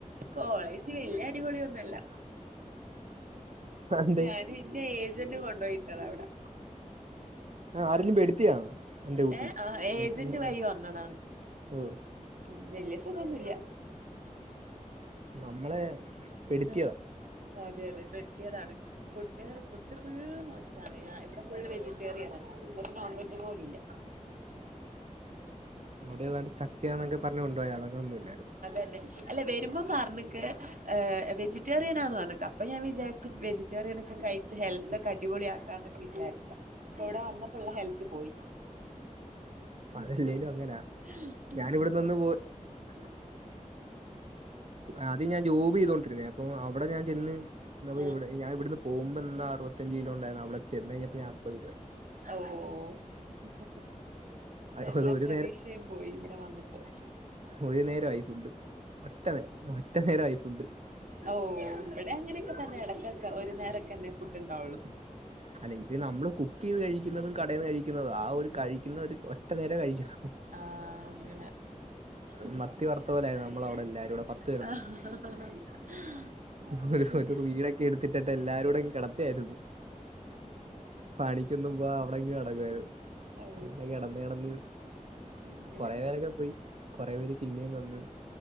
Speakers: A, on the right (about 80°); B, on the right (about 55°).
A: കോളേജുവലിയ അടിപൊളിയൊന്നുമല്ല,
B: എന്തേ
A: ഞാൻ എന്നെ ഏജന്റു കൊണ്ടു പോയി വിട്ടതാവിടെ.
B: ആ, ആരെങ്കിലും പെടുത്തിയാണ് എന്റെ കൂട്ട്
A: ഏഹ് ആഹ് ഏജന്റുവഴി
B: എൻ- എൻ-
A: വന്നതാണ്.
B: ഓ
A: ഉം വലിയ സുഖമൊന്നുമില്ല
B: നമ്മളെ പെടുത്തിയതാ
A: ആഹ് അതെയതെ, പെടുത്തിയതാണ്, ഫുഡ് ഫുഡുഫുൾ മോശമാണ്. ഞി ഇവിടെഫുൾവെജി റ്റേറിയനാണ് ഒരുനോൺ വെജുപോലുമില്ല.
B: ഇങ്ങടേതു ചക്കയാന്നൊക്കെ പറഞ്ഞുകൊണ്ടുപോയാണതൊന്നുമില്ല.
A: അല്ലേ, അല്ല വരുമ്പം പറഞ്ഞേക്ക്, ഏ വെജിറ്റേറിയനാന്നുപറഞ്ഞേക്ക് അപ്പൊഞാൻ വിചാരിച്ചു വെജി വെജിറ്റേറിയനൊക്കെ കഴിച്ചു ഹെൽത്ത്.. അടിപൊളിയാകാമെന്നൊക്കെവിചാരിച്ചതാ, അപ്പ മിവിടെ വന്നപ്പോളുള്ള ഹെൽത്തുപോയി. <unintelligible>
B: അതല്ലേലും അങ്ങനാ ഞാൻ ഇവിടെ നിന്ന് ആദ്യംഞാൻ ജോബു ചെയ്തൊണ്ടിരുന്നേ, അപ്പൊ അവിടെഞാൻ ചെന്ന്‌, അപ്പമിവിടെ..
A: ആഹ്
B: ഞാനിവിന്നുപോകുമ്പോയെന്നാ, അറുപത്തഞ്ചു കിലോയുണ്ടായിരുന്നു. അവിടെ ചെന്നുകഴിഞ്ഞപ്പോഞാനമ്പതു കിലോയായി.
A: ഒ.. ഓ.. ഒ
B: അ-
A: എല്ലാപ്രതീക്ഷയും
B: അത് ഒരു
A: പോയിയിവിടെ വന്നപ്പോ..
B: ഒരുനേരമായി ഫുഡ് ഒറ്റ നേരം ഒറ്റ നേരമായി ഫുഡ്..
A: ഓ.. ഇവിടെ യങ്ങനെയൊക്കെതന്നെയിടക്കൊക്കെ, ഒരു നേരൊക്കെതന്നെ ഫുഡുണ്ടാവുള്ളു.
B: അല്ലേയി പിന്നമ്മളു കു.. കുക്കുചെയ്തുകഴിക്കുന്നതും, കടയിൽ നിന്നു കഴിക്കുന്നതും. ആയൊരു കഴിക്കുന്നയൊരു ഒറ്റ നേരംകഴിക്കുന്നു.
A: ആഹ്, അങ്ങനെ <unintelligible>
B: മത്തി വറുത്ത പോലായിരുന്നു നമ്മൾ അവിടെ എല്ലാവരും കൂടെ പത്ത് ഹൊരു
A: ശരി
B: ഒരു വീടൊക്കെ എടു ത്തിട്ട് എല്ലാരുടെ കിടത്തിയിരുന്നു പണിക്കൊന്നും വ അവിടെകെടക്കുയിരു
A: ഓ
B: അങ്ങനെ കെടന്ന് കെടന്ന്
A: അങ്ങനെ
B: കൊറെ പേരൊക്കെ പോയി കൊറെേ പേര് പിന്നേം വന്ന്